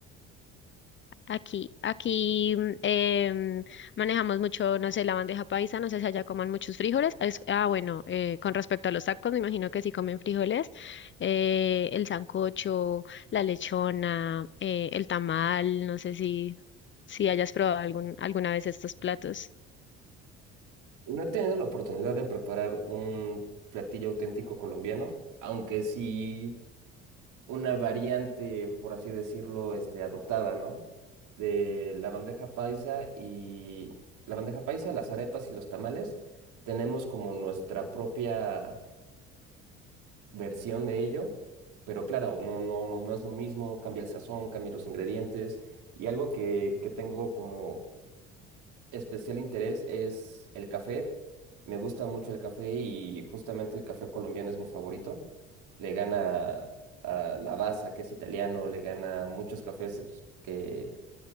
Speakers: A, on the left; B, on the right.
A: Aquí, aquí mm, em, manejamos mucho, no sé, la bandeja paisa, no sé si allá coman muchos frijoles. Es- ah, bueno, eh, con respecto a los tacos, me imagino que sí comen frijoles. eh, el sancocho, la lechona, eh, el tamal, no sé si, si hayas probado algún, alguna vez estos platos.
B: No he tenido la oportunidad de preparar un platillo auténtico colombiano, aunque sí una variante, por así decirlo, este, adoptada, ¿no? De la bandeja paisa y la bandeja paisa, las arepas y los tamales, tenemos como nuestra propia versión de ello, pero claro, no, no, no, no es lo mismo, cambia el sazón, cambia los ingredientes y algo que, que tengo como especial interés es el café. Me gusta mucho el café y justamente el café colombiano es mi favorito. Le gana a Lavazza, que es italiano, le gana muchos cafés que,